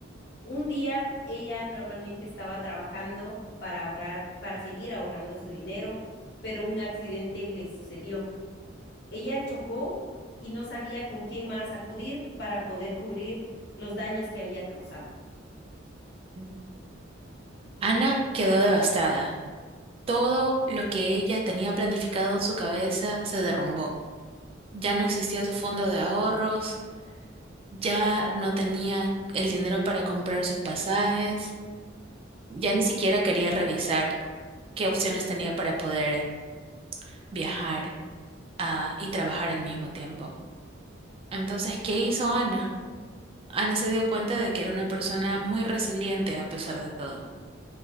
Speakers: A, on the left (about 60°); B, on the right (about 30°).
A: Un día ella normalmente estaba trabajando para ahorrar, para seguir ahorrando su dinero, pero un accidente le sucedió. Ella chocó y no sabía con quién más acudir para poder cubrir los daños que había causado.
B: Mm. Ana quedó devastada. Todo lo que ella tenía planificado en su cabeza se derrumbó. Ya no existía su fondo de ahorros, ya no tenía el dinero para comprar sus pasajes, ya ni siquiera quería revisar qué opciones tenía para poder viajar ah, y trabajar al mismo tiempo. Entonces, ¿qué hizo Ana? Ana se dio cuenta de que era una persona muy resiliente a pesar de todo,